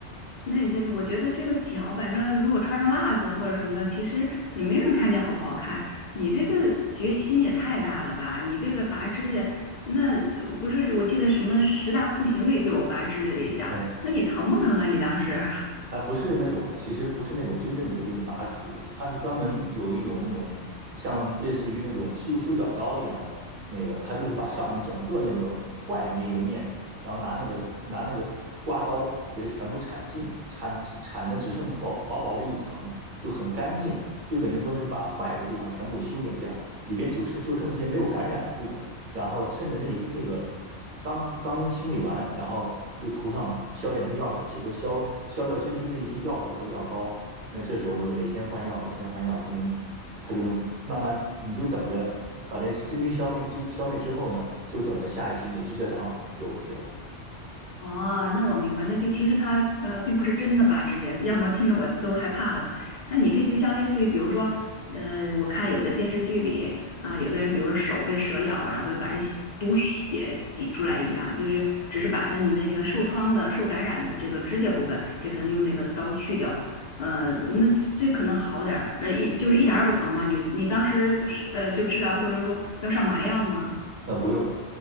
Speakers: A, on the left; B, on the right.
A: 那你这，我觉得这个脚，反正如果穿上袜子或者什么的，其实也没人看见好不好看。你这个决心也太大了吧！你这个拔指甲，那呃不是我记得什么十大酷刑里就有拔指甲这一项，
B: 嗯。
A: 那你疼不疼啊？你当时？
B: 它不是那种，其实不是那种真正的就给你拔除，它是专门有一种那种像类似于那种修修脚刀一样的那个，它就是把上面整个那个坏的那一个面，然后拿那个拿那个刮刀给它全部铲净，铲铲的只剩薄薄薄的一层，就很干净，就等于说是把坏的地方全部修剪掉，里边就剩就剩一些没有感染的部分。然后趁着那那个刚刚清理完，然后就涂上消炎的药水，是不是消消掉真菌的一些药水或药膏？那这时候就每天换药，每天换药，它能它就能慢慢，你就等着把那真菌消灭，就消灭之后呢，就等着下一批你的指甲长好就 OK 了。
A: 哦，那我明白，那就其实他呃，并不是真的拔指甲，要么听着我都害怕了。那你这就像类似于，
B: 嗯。
A: 比如说，呃，我看有的电视剧里啊、有的人比如说手被蛇咬了，然后就把这血毒血挤出来一样，就是只是把他你那个受创的、受感染的这个指甲部分给他用那个刀去掉。呃，那这这可能好点儿，呃，一就是一点儿也不疼嘛。你你当时是呃，就治疗的过程中要上麻药吗？
B: 呃，不用，